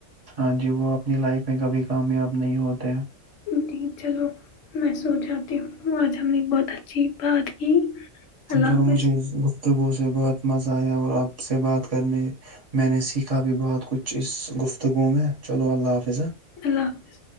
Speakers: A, on the right; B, on the left.
A: ہاں جی وہ اپنی لائف میں کبھی کامیاب نہیں ہوتے
B: جی چلو میں سو جاتی ہوں آج ہم نے بہت اچھی بات کی اللہ
A: چلو
B: حافظ
A: مجھے گفتگوؤ سے بہت مزہ آیا اور آپ سے بات کرنے میں نے سیکھا بھی بہت کچھ اس گفتگو میں چلو اللہ حافظ
B: اللہ حافظ